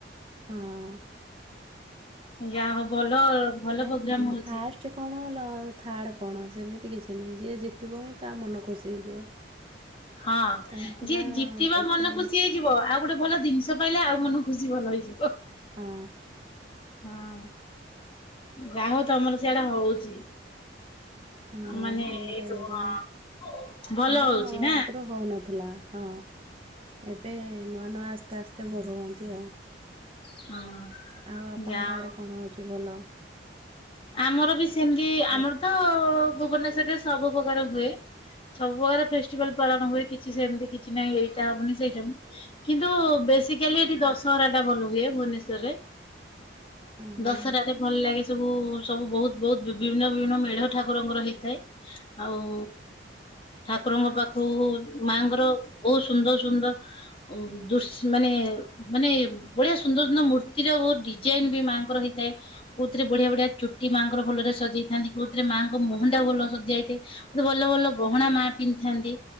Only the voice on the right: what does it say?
ହଁ।
ନାଇଁ
ଫାଷ୍ଟ୍
ଫାଷ୍ଟେ କଣ ଲ- ଥାର୍ଡ଼େ କଣ ସେମିତି କିଛି ନାହିଁ ଯିଏ ଜିତିବ ହିଁ ତା ମନ ଖୁସି ହେଇଯିବ।
କାହିଁକି
ନା
ଏତେ
ହଁ
ହଁ
ଆମର
ଇଆଡ଼େ
ଆମର
ଆଗରୁ ହଉନଥିଲା ହଁ ଏବେ ନୂଆ ନୂଆ ଆସ୍ତେ ଆସ୍ତେ ଏତେ ବଢ଼ଉଅନ୍ତି ଆଉ,
ଆଉ ଆପଣଙ୍କ
ଆଡ଼େ କଣ ହେଉଚି ଭଲ।
ପର
ହଁ